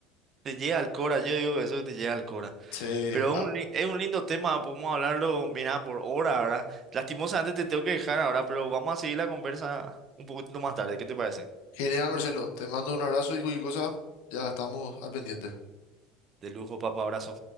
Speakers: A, on the right; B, on the left.
A: Te llega al cora, yo digo que eso que te llega al cora.
B: Sí,
A: Pero
B: ah,
A: es un, li- es un lindo tema, podemos hablarlo, mira, por hora, ¿verdad? Lastimosamente te tengo que dejar ahora, pero vamos a seguir la conversa un poquito más tarde, ¿qué te parece?
B: genial Marcelo, te mando un abrazo y cualquier cosa, ya estamos al pendiente.
A: De lujo, papá, abrazo.